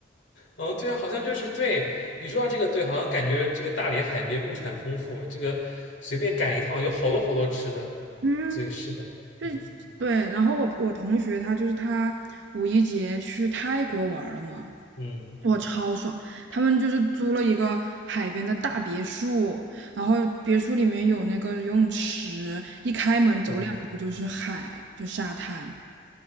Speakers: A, on the left; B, on the right.
A: 哦，对啊，好像就是对你说到这个，对，好像感觉这个大连海边物产丰富，这个随便赶一趟就好多好多吃的。
B: 嗯，
A: 对，是的，
B: 就
A: 嗯
B: 对。然后我我同学他就是他五一节去泰国玩了嘛，
A: 嗯
B: 我超爽。他们就是租了一个海边的大别墅，然后别墅里面有那个游泳池，一开门走两步就是海，
A: 哦
B: 就沙滩。